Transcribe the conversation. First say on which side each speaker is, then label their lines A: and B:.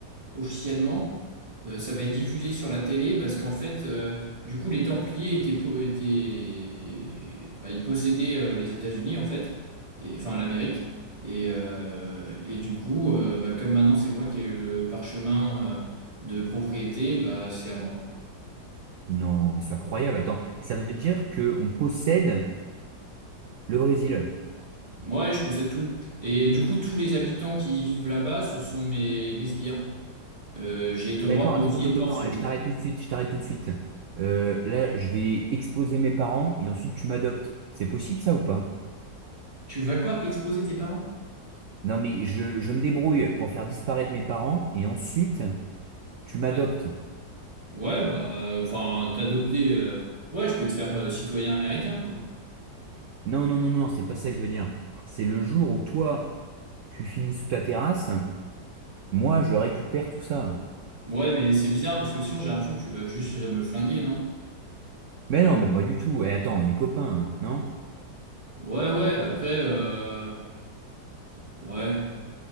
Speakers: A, on the right; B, on the right.
A: officiellement. Euh, ça va être diffusé sur la télé parce qu'en fait, euh, du coup, les Templiers étaient, po- étaient- bah, ils possédaient euh, les États-Unis, en fait, et, enfin l'Amérique. Et, euh, et du coup, euh, bah, comme maintenant, c'est moi qui ai le parchemin euh, de propriété, bah, c'est à moi.
B: Non, mais c'est incroyable. Attends, ça veut dire que on possède le Brésil.
A: Ouais, je possède tout. Et du coup, tous les habitants qui y vivent là-bas, ce sont mes, mes sbires. Euh, j'ai droit
B: D'accord,
A: de
B: attends,
A: vie
B: attends,
A: et de
B: attends,
A: mort sur
B: attends. Eh,
A: eux.
B: je t'arrête tout de suite, je t'arrête tout de suite. Euh, là, je vais exploser mes parents et ensuite tu m'adoptes. C'est possible ça ou pas?
A: Tu vas quoi? Exposer tes parents?
B: Non, mais je, je me débrouille pour faire disparaître mes parents et ensuite tu m'adoptes.
A: Ouais. Ouais, bah, enfin, t'adopter. euh, Ouais, je peux te faire euh, citoyen américain, quoi.
B: Non, non, non, non, c'est pas ça que je veux dire. C'est le jour où toi, tu finis sous ta terrasse, moi, je récupère tout ça.
A: Ouais, mais c'est bizarre parce que sinon, j'ai l'impression que tu vas juste euh, me flinguer, non?
B: Mais non, mais pas du tout. Et attends, on est copains, hein, non?
A: Ouais, ouais, après, euh... ouais,